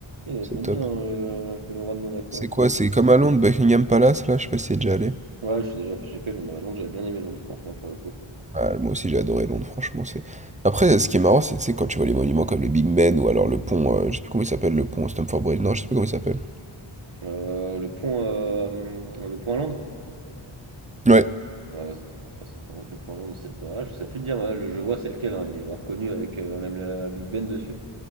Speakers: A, on the right; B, on the right.
A: Il allait
B: c'est
A: se mettre
B: top.
A: bien, euh, le roi de Monaco,
B: C'est
A: hein,
B: quoi?
A: franchement.
B: C'est comme à Londres, Buckingham Palace, là, je sais pas si t'y es déjà allé.
A: Ouais, je suis déjà, j'ai fait Londres. Londres, j'avais bien aimé Londres, franchement, pour le coup.
B: Ah, moi aussi j'ai adoré Londres, franchement c'est. Après, ce qui est marrant, c'est tu sais, quand tu vois les monuments comme le Big Ben ou alors le pont, euh, je sais plus comment il s'appelle, le pont Stamford Bridge, non, je sais plus comment il s'appelle.
A: Euh, le pont, euh, le pont à Londres.
B: Ouais.
A: Euh, c'est- c'est pas ça, enfin, le pont à Londres, c'est pas. Je sais plus te dire, mais ouais, le, je vois c'est lequel. hein, il est grave connu avec euh, même la Big Ben dessus.